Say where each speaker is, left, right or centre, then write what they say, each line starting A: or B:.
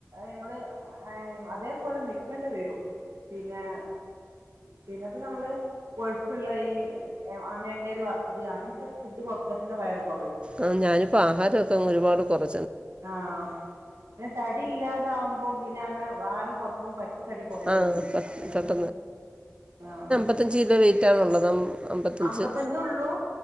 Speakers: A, on the right (about 80°); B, on the right (about 20°).
A: നമ്മള് അതേപോലെ നക്കേണ്ടി വരും പിന്നെ പിന്നെപ്പോ നമ്മള് കൊഴുപ്പുള്ള ഈ എണ്ണൽ വറുത്തത് അങ്ങനത്തെക്കെ ഫുഡ് കുറച്ച തന്നെ വയർുക
B: ആ ഞാനിപ്പോ ആഹാരൊക്കെ ഒരുപാട് വ വ
A: ആഹ് പിന്നെ തടി ഇല്ലാതാവുമ്പോ പിന്നെ അങ്ങനെ ഭാരം കൊറക്കുമ്പോ പറ്റെ തടി കൊറയും
B: ആ ആ
A: ചെയ്യും
B: ക
A: അങ്ങനെണ്ട്
B: പ
A: ആഹ്
B: അ വ പാാനുള്ളതും അമ്പത്തഞ്ച്
A: അമ്പത്തഞ്ചേ ഉള്ളൂ